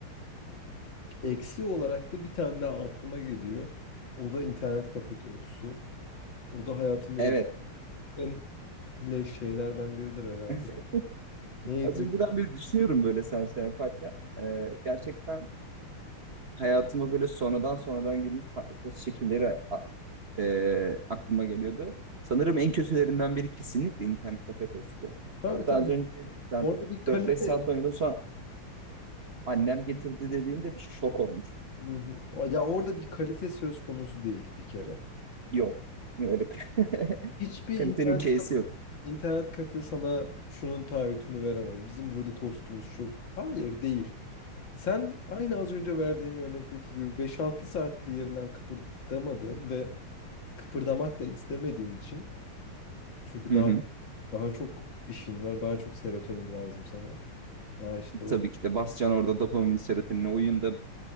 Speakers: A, on the left; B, on the right.
A: eksi olarak da bir tane daha aklıma geliyor. O da internet kafe tostusu. O da hayatımda
B: Evet.
A: yediğim en leş şeylerden biridir herhalde.
B: <laughs>
A: Neydi?
B: Az önceden beri düşünüyorum böyle sen şey yaparken. Ee, gerçekten hayatıma böyle sonradan sonradan girmiş farklı poz şekilleri a- e, aklıma geliyordu. Sanırım en kötülerinden biri kesinlikle internet kafe tostu.
A: Tabii
B: Hatta
A: tabii.
B: az önce sen
A: Orada bir kalite
B: 4-5 saat oynadım sonra annem getirdi dediğinde bir şok olmuş.
A: Hı hı. Ya orada bir kalite söz konusu değil bir kere.
B: Yok. Öyle <laughs>
A: Hiçbir
B: kalitenin
A: internet
B: case'i yok.
A: İnternet kafe sana şunun taahhütünü veremez. Bizim burada tostumuz çok. Hayır değil. Sen aynı az önce verdiğim örnekteki gibi beş altı saattir yerinden kıpırdamadığın ve kıpırdamak da istemediğin için çünkü
B: Hı
A: daha
B: hı.
A: daha çok işin var, daha çok serotonin lazım sana. Daha işte o
B: Tabii ki de basacaksın orada dopamin serotonine oyunda bir